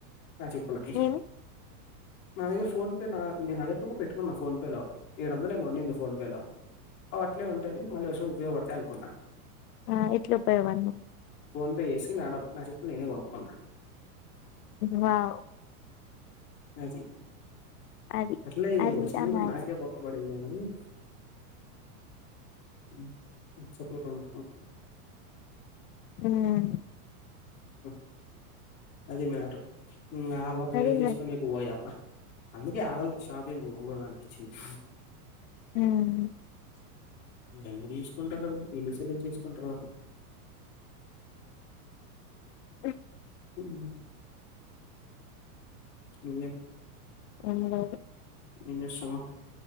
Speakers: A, on the left; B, on the left.
A: ఆ చెప్పులకి
B: ఏమి
A: నా దగ్గర ఫోన్పే లా నేన్ మొదట్ నుండి పెట్టుకున్నా ఫోన్పే లో ఏడు వందలు ఏమో ఉంది నా ఫోన్ పే ల అది అట్లే ఉంటే మల్ల సారి ఉపయోగపడు దంనుకున్నా
B: ఆ ఎట్లా పోయేవాను
A: ఫోన్పే చేసి నాడబ్ నా చెప్ నేనే కొనుక్కున్నా
B: వావ్
A: ఆ చె
B: అది
A: అట్లయ్ ఈ
B: అదిదా
A: వచ్చినందుకు
B: మ్యాటర్
A: నాకే బొక్క పడిండ్ల <inaudible> హుమ్ మీరు చెప్పే పని
B: హుమ్
A: అ అది మాటర్ మీ నాన్న జోక్
B: అది
A: చేస్కొని ఇటు పోయమ్మా అందుకే ఆడోల్తో షాపింగ్ పోకూడదు అనిపిచింది
B: ఉమ్
A: ఎన్నీ తీసుకుంటరో ఎన్ని సెలెక్ట్ చేసుకుంటరో
B: ఉ
A: హుమ్ నువ్వేం
B: నన్ను గాదు
A: ఏం చేస్తున్నావ్